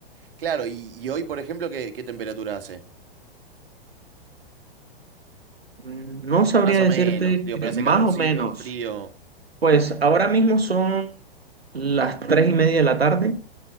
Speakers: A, on the right; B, on the right.
A: Claro, y, y hoy, por ejemplo, ¿qué, qué temperatura hace?
B: Mm, No sabría
A: Más o
B: decirte
A: menos. Digo,
B: cre-
A: pero hace
B: más
A: calorcito,
B: o menos.
A: frío.
B: Pues ahora mismo son las 3 y media de la tarde